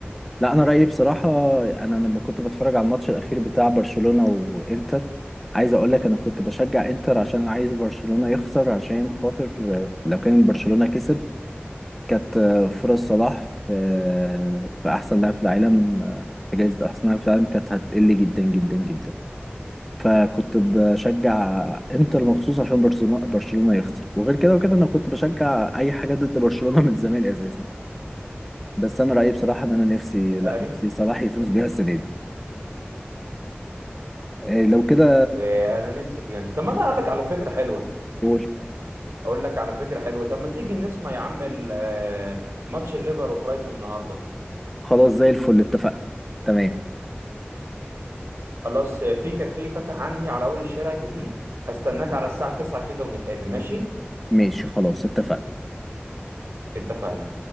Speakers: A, in the centre; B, on the right (about 85°).
A: لا انا رايي بصراحه انا لما كنت بتفرج على الماتش الاخير بتاع برشلونه وانتر عايز اقول لك انا كنت بشجع انتر عشان عايز برشلونه يخسر عشان خاطر آه، لو كان برشلونه كسب كانت آه، فرص صلاح في آه، في احسن لاعب في العالم آه، في جائزه احسن لاعب في العالم كانت هتقل جدا جدا جدا فكنت بشجع انتر مخصوص عشان برشلونه برشلونه يخسر وغير كده وكده انا كنت بشجع اي حاجه ضد برشلونه من زمان اساسا بس انا رايي بصراحه ان انا نفسي لا
B: <laughs> أي.
A: نفسي صلاح يفوز بيها السنه دي إيه، لو كده
B: آه، أنا نفسي بجد طب ما أنا أقول لك على فكرة حلوة
A: قول
B: اقول لك على فكره حلوه طب ما تيجي نسمع يا عم ال- آه، ماتش الليفر وبرايتون النهارده
A: خلاص زي الفل اتفقنا تمام
B: خلاص آه، في كافيه فتح عندي على اول الشارع الجديد هستناك على الساعه 9 كده ونتقابل ماشي
A: ماشي خلاص اتفقنا
B: اتفقنا